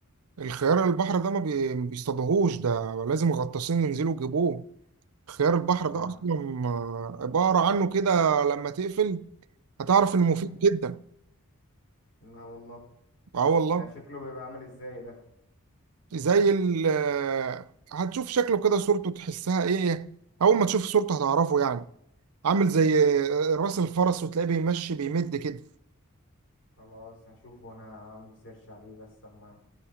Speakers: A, on the right; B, on the left.
A: الخيار البحر ده ما بي- ما بيصطادوهوش ده لازم غطاسين ينزلوا يجيبوه خيار البحر
B: لا
A: ده اصلا آه، ابقى اقرا عنه كده لما تقفل هتعرف انه
B: مم.
A: مفيد جدا
B: لا والله
A: اه والله
B: ده شكله بيبقى عامل ازاي ده
A: زي ال آه، هتشوف شكله كده صورته تحسها ايه اول ما تشوف صورته هتعرفه يعني عامل زي آه، راس الفرس وتلاقيه بيمشي بيمد كده
B: خلاص هشوفه انا هعمل سيرش عليه بس اما